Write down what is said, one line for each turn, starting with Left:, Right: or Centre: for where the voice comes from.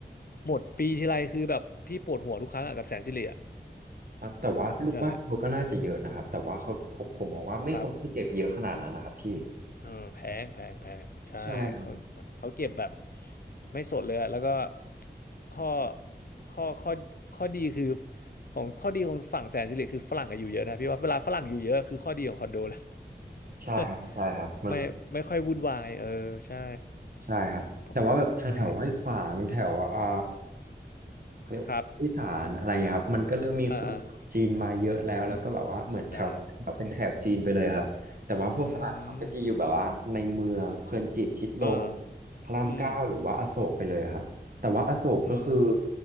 Left: หมดปีทีไรคือแบบพี่ปวดหัวทุกครั้งอะกับแสนสิริอะ
Right: อ่ะแต่ว่าลูกบ้านเขาก็น่าจะเยอะนะครับแต่ว่าเขาผมผมมองว่าไม่ควรที่เก็บเยอะขนาดนั้นนะครับพี่
Left: ใช่ครับ เออแพงแพงแพงใช่เขา
Right: ใช่ครับ
Left: เขาเก็บแบบไม่สดเลยอะแล้วก็ข้อข้อข้อข้อดีคือของข้อดีของฝั่งแสนสิริคือฝรั่งอะอยู่เยอะนะพี่ว่าเวลาฝรั่งอยู่เยอะคือข้อดีของคอนโดเลย
Right: ใช่ครับใช่ครับมัน
Left: <laughs> ไม่ไม่ค่อยวุ่นวายเออใช่
Right: ใช่ครับแต่ว่าแบบทางแถวห้วยขวางแถวอ่า
Left: เพราะใช่
Right: เขาเรียกว่าอีสานอะไรเงี้ยครับมันก็เริ่มมีคนจีนมาเยอะแล้วแล้วก็แบบว่าเหมือนแถวนั้นเเป็นแถบจีนไปเลยครับแต่ว่าพวกฝรั่งเขาก็จะอยู่แบบว่าในเมืองเพลินจิตชิดลม
Left: ครับอ่าอ่าจะอืมอ่า
Right: พระรามเก้าหรือว่าอโศกไปเลยครับแต่ว่าอโศกก็คือ
Left: อืมอืม